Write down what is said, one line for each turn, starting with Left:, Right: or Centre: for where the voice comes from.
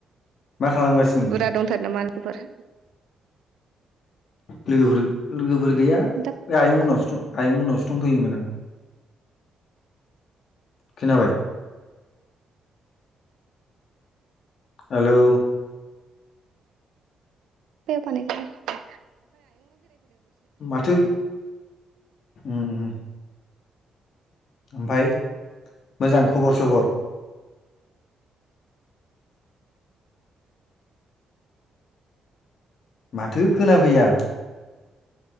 Left: मा खालामगासिनो
Right: बुरजा दंथार नामा लोगोफोर
Left: लोगोफोर लोगोफोर गैया
Right: दा
Left: बे आयं मोनावसो दं आयं मोनावसो दंफैयोमोन आं खोनाबाय हेलौ
Right: बैयाव बानाय है थां
Left: माथो उम उम ओमफाय मोजां खबर सबर माथो खोनाफैया